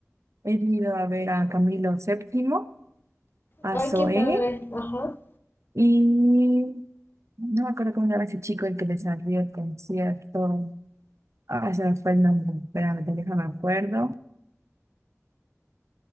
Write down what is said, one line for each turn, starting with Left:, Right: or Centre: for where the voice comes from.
Right: he ido a ver a Camilo Séptimo, a
Left: Ay,
Right: Zoé
Left: qué padre. Ajá.
Right: y no me acuerdo cómo se llama ese chico el que les salió el concierto. Ah, se me fue el nombre, espérame, déjame acuerdo.